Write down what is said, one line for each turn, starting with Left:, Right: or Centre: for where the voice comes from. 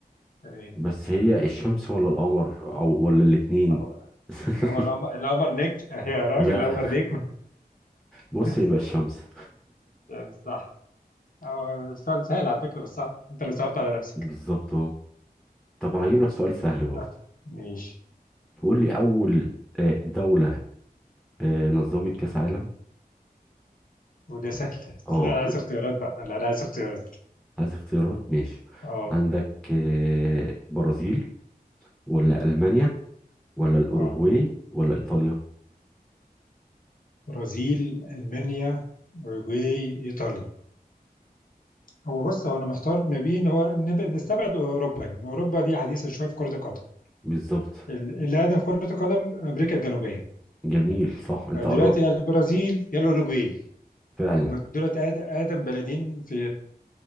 Left: يعني
Centre: بس هي الشمس ولا القمر او ولا الاتنين
Left: هو
Centre: <laughs>
Left: هو القمر القمر نجم <laughs> يا راجل
Centre: لا
Left: القمر
Centre: <laughs>
Left: نجم
Centre: بص
Left: <laughs>
Centre: يبقى الشمس
Left: يعني صح آه، سؤال سهل على فكره بس صح انت اللي صعبت على نفسك
Centre: بالظبط اهو طب انا هجيب لك سؤال سهل برضه
Left: آه. ماشي
Centre: تقول لي اول آه، دولة آه، نظمت كاس عالم
Left: وده سهل <laughs>
Centre: اه
Left: لا انا عايز اختيارات بقى لا انا عايز اختيارات
Centre: عايز اختيارات ماشي
Left: اه
Centre: عندك آه، برازيل ولا المانيا ولا الاوروغواي
Left: اه
Centre: ولا ايطاليا
Left: برازيل المانيا اوروجواي ايطاليا هو بص هو انا محتار ما بين هو نب- نستبعد اوروبا يعني اوروبا دي حديثه شويه في كره القدم
Centre: بالظبط
Left: ال- اللي اقدم في كره القدم امريكا الجنوبيه
Centre: جميل صح انت
Left: فدلوقتي
Centre: قربت
Left: يا البرازيل يا الاوروجواي
Centre: فعلا
Left: هم دولت أقد- اقدم بلدين في